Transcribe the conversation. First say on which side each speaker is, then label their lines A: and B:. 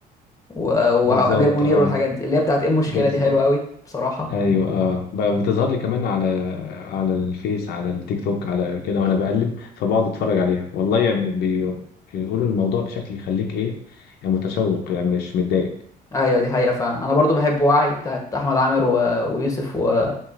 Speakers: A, on the left; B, on the left.
A: و... وامير
B: بالظبط
A: منير
B: اه
A: والحاجات دي اللي هي بتاعت ايه المشكله
B: بالظبط
A: دي حلوه قوي بصراحه
B: ايوه اه بقى بتظهر لي كمان على على الفيس على التيك توك على كده وانا بقلب فبقعد اتفرج عليها والله يعني بي- بيقولوا الموضوع بشكل يخليك ايه يعني متشوق يعني مش متضايق
A: ايوه دي حقيقه فعلا انا برضو بحب وعي بتاعت احمد عامر و... ويوسف و...